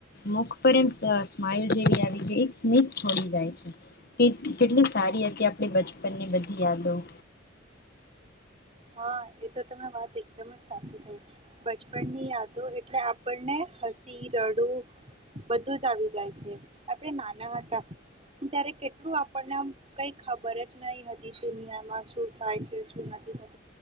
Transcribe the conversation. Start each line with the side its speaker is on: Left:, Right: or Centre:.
Left: મુખ પર એમ સ સ્માઈલ જેવી આવી ગઈ એક સ્મિત છોડી જાય છે કે કેટલી સારી હતી આપણે બચપન ની બધ યાદો
Right: હા એ તો તમે વાત એકદમ જ સાચી કઈ બચપન ની યાદો એટલે આપણને હસી રડું બધું જ આવી જાય છે આપણે નાના હતા ત્યારે કેટલું આપણને કઈ ખબર જ નહી હતી દુનિયામાં શું થાય છે શું નથી થતુ